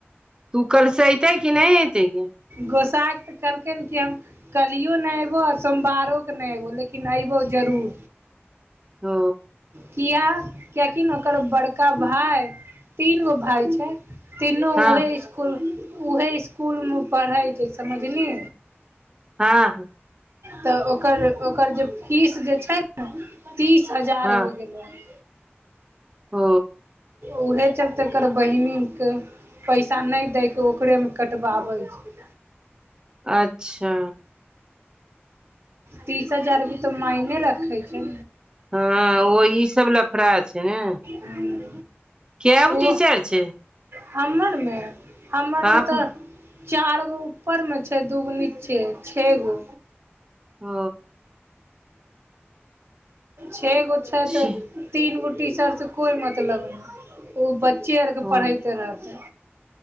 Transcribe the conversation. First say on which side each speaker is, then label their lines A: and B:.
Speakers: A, on the right (about 20°); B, on the right (about 70°).
A: तू कलसे एतै की नहि एतै ग?
B: गोसाय के तऽ कहलकै न कि हम कल्हिओ नहि अयबो आ सोमवारोके नहि अयबो लेकिन अयबो जरूर।
A: ओ
B: किया कियकि ने ओकर बड़का भाय, तीन गो भाय छै। तीनू
A: हँ
B: उएहे इसकुल उएहे इसकुलमे उ पढ़ै छै समझली?
A: हाँ
B: तऽ ओकर ओकर जे फीस जे छै? तीस हजार
A: हँ
B: होइ गेलै हन।
A: ओ
B: उहे चलत एकर बहिनी के पैसा नहि दैके, ओकरे कटबाबै छै।
A: अच्छा
B: तीस हजार भी तऽ मायने रखे छै।
A: हाँ ओही सब लफड़ा छै ने?
B: हूँ
A: कै गो
B: ओ
A: टीचर छै
B: हमरमे हमरमे
A: आप
B: तऽ चार गो ऊपरमे छै, दूगो नीचे, छे गो।
A: ओ
B: छे गो छै
A: छी
B: त तीन गो टीशर् कोइ मतलब नहि, ओ बच्चे आरके
A: ओ
B: पढ़ैते रहतै।